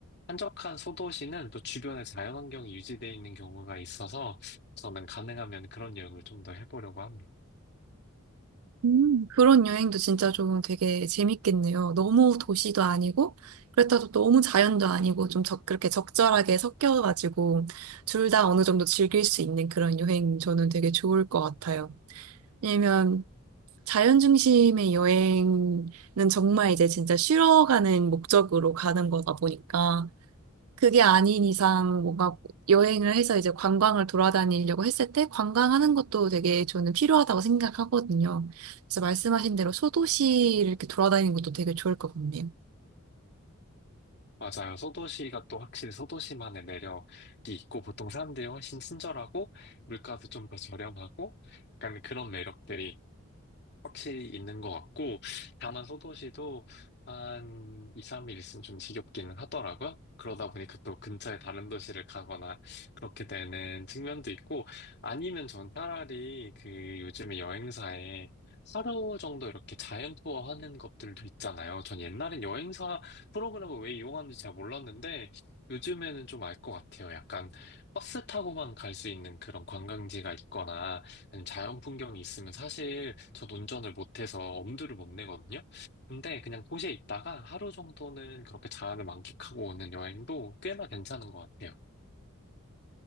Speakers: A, on the left; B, on the right.
A: 한적한 소도시는 또 주변에 자연환경이 유지되어 있는 경우가 있어서 저는 가능하면 그런 여행을 좀 더 해보려고 합니다.
B: 음, 그런 여행도 진짜 좀 되게 재밌겠네요. 너무 도시도 아니고, 그렇다고 또 너무 자연도 아니고, 좀 적, 그렇게 적절하게 섞여가지고, 둘 다 어느 정도 즐길 수 있는 그런 여행 저는 되게 좋을 것 같아요. 왜냐면, 자연 중심의 여행은 정말 이제 진짜 쉬러 가는 목적으로 가는 거다 보니까, 그게 아닌 이상 뭔가 여행을 해서 이제 관광을 돌아다니려고 했을 때 관광하는 것도 되게 저는 필요하다고 생각하거든요. 그래서 말씀하신 대로 소도시를 이렇게 돌아다니는 것도 되게 좋을 것 같네요.
A: 맞아요. 소도시가 또 확실히 소도시만의 매력이 있고, 보통 사람들이 훨씬 친절하고, 물가도 좀 더 저렴하고, 약간 그런 매력들이 확실히 있는 것 같고, 다만 소도시도 한 2, 3일 있으면 좀 지겹기는 하더라고요. 그러다 보니까 또 근처에 다른 도시를 가거나 그렇게 되는 측면도 있고, 아니면 전 차라리 그 요즘에 여행사에 하루 정도 이렇게 자연 투어 하는 것들도 있잖아요. 전 옛날엔 여행사 프로그램을 왜 이용하는지 잘 몰랐는데, 요즘에는 좀 알 것 같아요. 약간 버스 타고만 갈 수 있는 그런 관광지가 있거나, 아니면 자연 풍경이 있으면 사실 전 운전을 못해서 엄두를 못 내거든요. 근데 그냥 도시에 있다가 하루 정도는 그렇게 자연을 만끽하고 오는 여행도 꽤나 괜찮은 것 같아요.